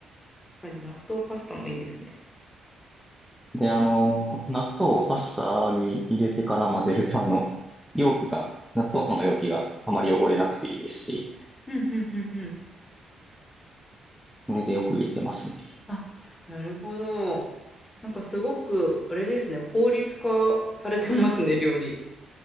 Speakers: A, on the left; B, in the centre.
A: ぱり納豆パスタもいいですね。
B: で、あの、納豆をパスタに入れてから混ぜると、あの、容器が、納豆の容器があまり汚れなくていいですし、
A: うんうんうんうん。
B: これでよく入れてますね。
A: あ、なるほど。なんかすごく、あれですね、効率化されてますね、料理。